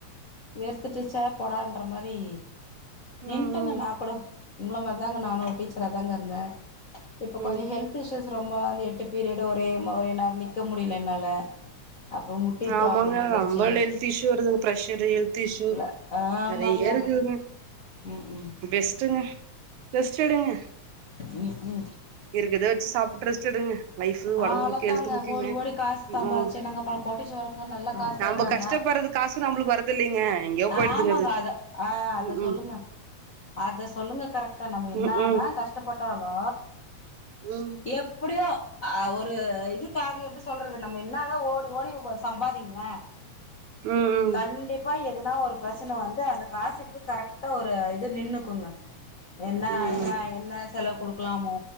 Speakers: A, on the left; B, on the right.
A: வெறுத்துட்டுச் சே போடான்ற மாரி நின்ட்டேங்க
B: ம் ம்
A: நா கூட உங்களமாரி தாங்க நானு டீச்சரா தாங்க இருந்த இப்ப கொஞ்சோ
B: ம்
A: ஹெல்த் இஸுயூஸ் ரொம்ப அந்த எட்டு பீரியடு ஒரே ஒரே நேரோ நிக்க முடியில என்னால அப்புறோ முட்டி
B: ஆமாங்க
A: ப்ராப்ளம் வந்துருச்சு
B: ரொம்ப ஹல்த் இஸுயூஸ் வருதுங்க பிரெஷர் ஹெல்த் இஸுயூ
A: க்ல ஆமாங்க
B: நெறைய இருக்குதுங்க
A: ம் ம்
B: பெஸ்ட்டுங்க ரெஸ்ட் எடுங்க
A: ம் ம்கு
B: இருக்கத வச்சு சாப்ட்டு ரெஸ்ட் எடுங்க லைஃப் ஒடம்பு
A: ஆ அவ்ளோதாங்க
B: முக்கியோ ஹெல்த் முக்கியங்க
A: ஓடி ஓடி காஸ் சம்பாதிச்சு
B: ம்
A: என்னங்க பாக் கோட்டீஸ்வரங்க நல்லா காஸ் சேக்குறாங்க
B: நம்ப கஷ்டப்படுறது காசு நம்மளுக்கு வரது இல்லைங்க எங்கேயோ
A: ஆமாங்க
B: போயிடுதுங்க அது
A: அத ஆ அத
B: ம்
A: சொல்லுங்க அத சொல்லுங்க கரெக்டா நம்ம என்னாதா
B: ம் ம்
A: கஷ்டப்பட்டாலு
B: ம்
A: எப்டியோ ஆ ஒரு இதுக்காக எப்டி சொல்றது நம்ம என்னாதா ஓடி ஓடி சம்பாதிங்ள
B: ம் ம்
A: கண்டிப்பா
B: ம்
A: எதுனா ஒரு பிரச்சன வந்து அந்த காசுக்கு கரெக்டா ஒரு இது நின்னுக்குங்க என்னா
B: ம்
A: என்னா
B: ம்
A: என்ன செலவு குடுக்கலாமோ